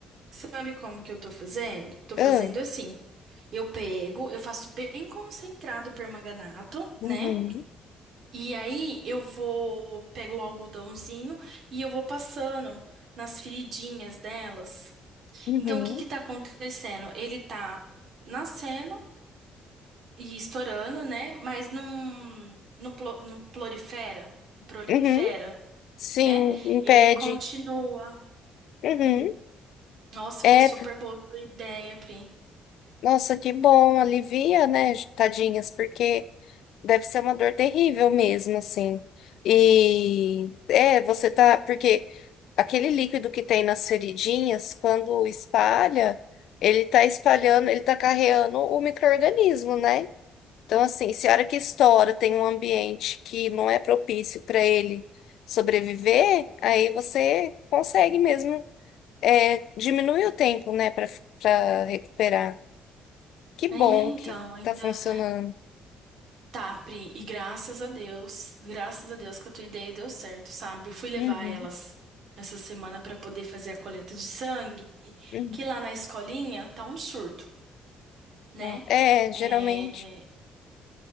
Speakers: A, on the right; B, on the left.
A: Sabe como que eu tô fazendo? Tô fazendo
B: Ah,
A: assim. Eu pego, eu faço bem concentrado permanganato, né?
B: uhum,
A: E aí eu vou, pego o algodãozinho e eu vou passando nas feridinhas delas.
B: uhum,
A: Então o que que tá acontecendo? Ele tá nascendo e estourando, né? Mas num, no, plo- no prolifera, no prolifera,
B: uhum. Sim,
A: né?
B: impede.
A: Ele continua.
B: Uhum.
A: Nossa,
B: É,
A: foi super boa a sua ideia, Pri.
B: Nossa, que bom, alivia, né, tadinhas, porque deve ser uma dor terrível mesmo, assim. E é, você tá, porque aquele líquido que tem nas feridinhas, quando espalha, ele tá espalhando, ele tá carreando o micro-organismo, né? Então, assim, se a hora que estoura tem um ambiente que não é propício para ele sobreviver, aí você consegue mesmo é, diminuir o tempo, né, para para recuperar. Que
A: É,
B: bom
A: então,
B: que
A: ainda.
B: tá funcionando.
A: Tá, Pri, e graças a Deus, graças a Deus que a tua ideia deu certo, sabe? Eu fui levar
B: Uhum,
A: elas essa semana pra poder fazer a coleta de sangue,
B: uhum.
A: que lá na escolinha tá um surto, né?
B: Tá. É, geralmente.
A: É,